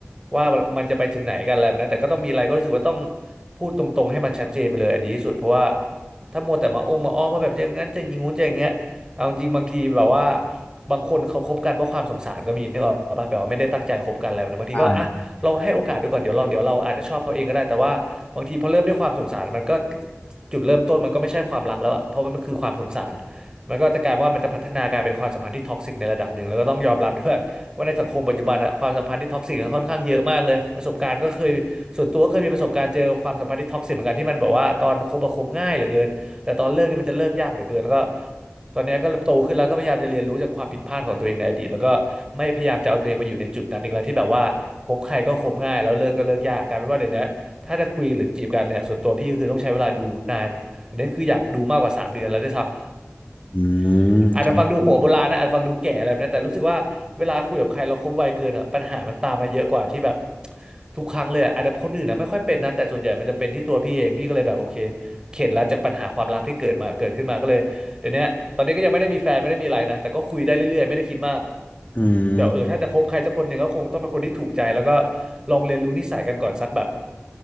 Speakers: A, on the right (about 20°); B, on the left (about 35°).
A: ว่ามันจะไปถึงไหนกันอะไรแบบนั้นแต่ก็ต้องมีอะไรก็รู้สึกว่าต้องพูดตรงๆให้มันชัดเจนไปเลยอะดีที่สุดเพราะว่าถ้ามัวแต่มาองมาอ้อมว่าแบบจะอย่างนั้นจะอย่างงู้นจะอย่างเงี้ยเอาจริงบางทีแบบว่าบางคนเขาคบกันเพราะความสงสารก็มีนึกออกปะแบบว่าไม่ได้ตั้งใจคบกันอะไรแบบนะบางทีก็อ่ะลองให้โอกาสดูก่อนเดี๋ยวลองเดี๋ยวเราอาจจะชอบเขาเองก็ได้แต่ว่าบางทีพอเริ่มด้วยความสงสารมันก็
B: ใช่
A: จุดเริ่มต้นมันก็ไม่ใช่ความรักแล้วอะเพราะมันคือความสงสารมันก็จะกลายว่ามันจะพัฒนากลายเป็นความสัมพันธ์ที่ท็อกซิกในระดับหนึ่งแล้วก็ต้องยอมรับด้วยว่าในสังคมปัจจุบันอะความสัมพันธ์ที่ท็อกซิกค่อนข้างเยอะมากเลยประสบการณ์ก็เคยส่วนตัวก็เคยมีประสบการณ์เจอความสัมพันธ์ที่ท็อกซิกเหมือนกันที่มันแบบว่าตอนคบอะคบง่ายเหลือเกินแต่ตอนเลิกนี่มันจะเลิกยากเหลือเกินแล้วก็ตอนเนี้ยก็โตขึ้นแล้วก็พยายามจะเรียนรู้จากความผิดพลาดของตัวเองในอดีตแล้วก็ไม่พยายามจะเอาตัวเองมาอยู่ในจุดนั้นอีกแล้วที่แบบว่าคบใครก็คบง่ายแล้วเลิกก็เลิกยากกลายเป็นว่าเดี๋ยวนี้ ถ้าจะคุยหรือจีบกันเนี่ยส่วนตัวพี่ก็คือต้องใช้เวลาดูนานอันนี้คืออยากดูมากกว่าสามเดือนแล้วได้วยซ้ำ
B: อืมครับ
A: <laughs> อาจจะฟังดูหัวโบราณนะอาจฟังดูแก่อะไรแบบนี้แต่รู้สึกว่าเวลาคุยกับใครเราคบไวเกินอ่ะปัญหามันตามมาเยอะกว่าที่แบบทุกครั้งเลยอะอาจจะคนอื่นนะไม่ค่อยเป็นนะแต่ส่วนใหญ่มันจะเป็นที่ตัวพี่เองพี่ก็เลยแบบโอเคเข็ดแล้วจากปัญหาความรักที่เกิดมาเกิดขึ้นมาก็เลยเดี๋ยวนี้ตอนนี้ก็ยังไม่ได้มีแฟนไม่ได้มีอะไรนะแต่ก็คุยได้เรื่อยๆไม่ได้คิดมาก
B: อืม
A: แต่เออถ้าจะคบใครสักคนหนึ่งก็คงต้องเป็นคนที่ถูกใจแล้วก็ลองเรียนรู้นิสัยกันก่อนสักแบบ